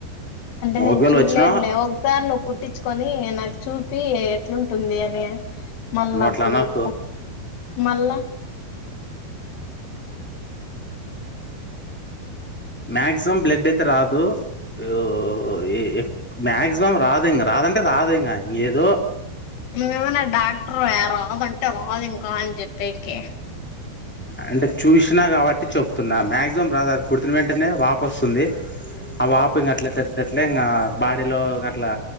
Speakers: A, on the left; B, in the centre.
A: అంటే నేను
B: ఒకవేళ
A: చూడ్లేదులే
B: వచ్చినా
A: ఓక్ తేలు కుట్టించుకొని నాకు చూపి ఎట్లుంటుంది అని మల్లప్పుడు
B: నువ్వు అట్లా అనకు
A: చెప్త మల్ల
B: మాక్సిమం బ్లడ్ అయితే రాదు. ఉ ఈ మాక్సిమం రాదు ఇంగ రాదంటే రాదు ఇంగా ఏదో
A: నువ్వేమనా డాక్టర్ వ్యా రాదంటే రాదు ఇంకా అన్ చెప్పేకి
B: అంటే చూసినా కాబట్టి చెప్తున్నా మ్యాక్సిమం రాదు అది కుట్టినవెంటనే వాపోస్తుంది ఆ వాపు ఇంకాఅట్లట్ల్ ట్లే ఇంకా బాడీలో అట్లా